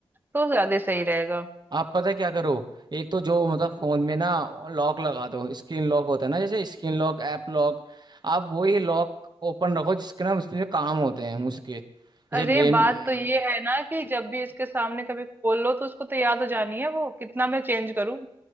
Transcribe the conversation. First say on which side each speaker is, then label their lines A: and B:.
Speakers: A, on the right; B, on the right.
A: तो ज्यादा सही रहेगा
B: आप पता है क्या करो एक तो जो मतलब फोन में ना लॉक लगा दो स्क्रीन लॉक होता है ना जैसे स्क्रीन लॉक ऐप लॉक आप वही लॉक ओपन रखो जिसके ना उसमें काम होते हैं उसके जैसे
A: अरे
B: गेम
A: बात
B: हम्म,
A: तो ये है ना कि जब भी इसके सामने कभी खोल लो तो उसको तो याद हो जानी है वो कितना मैं चेंज करूं